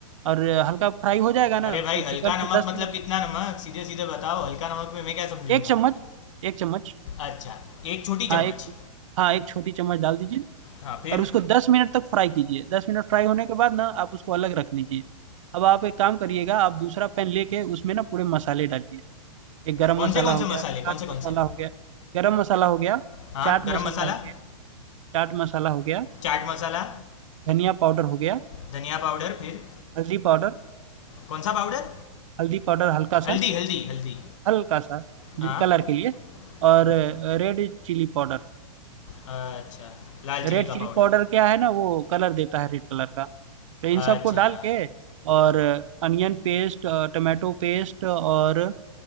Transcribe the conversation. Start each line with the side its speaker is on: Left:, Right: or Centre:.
Right: और अ, हल्का फ्राई हो जाएगा ना
Left: अरे भाई
Right: तो चिकन
Left: हल्का
Right: को
Left: नमक
Right: दस
Left: मतलब
Right: मिनट बाद
Left: कितना नमक सीधे सीधे बताओ हल्का नमक में मैं क्या समझूंगा
Right: एक चम्मच एक चम्मच
Left: अच्छा एक छोटी
Right: हाँ
Left: चम्मच
Right: एक हाँ एक छोटी चम्मच डाल दीजिए
Left: हाँ फिर
Right: और उसको दस मिनट तक फ्राई कीजिए दस मिनट फ्राई होने के बाद ना आप उसको अलग रख लीजिए अब आप एक काम करिएगा आप दूसरा पैन लेके उसमें ना पूरे मसाले डालिए एक गरम
Left: कौन
Right: मसाला
Left: से कौन
Right: हो
Left: से
Right: गया
Left: मसाले
Right: चाट
Left: कौन से
Right: मसाला
Left: कौन से
Right: हो गया गरम मसाला हो गया
Left: हाँ
Right: चाट
Left: गरम
Right: मसाला
Left: मसाला
Right: हो गया चाट मसाला हो गया
Left: चाट मसाला
Right: धनिया पाउडर हो गया
Left: धनिया पाउडर फिर
Right: हल्दी पाउडर
Left: कौन सा पाउडर
Right: हल्दी पाउडर हल्का
Left: हल्दी
Right: सा
Left: हल्दी हल्दी
Right: हल्का सा
Left: हाँ
Right: कलर के लिए और
Left: हाँ
Right: red chilli powder
Left: अच्छा लाल
Right: Red
Left: चिली का
Right: chilli
Left: पाउडर
Right: powder क्या है ना वो कलर देता है रेड कलर का तो इन सबको
Left: अच्छा
Right: डाल के और अनियन पेस्ट टमाटो पेस्ट और अ,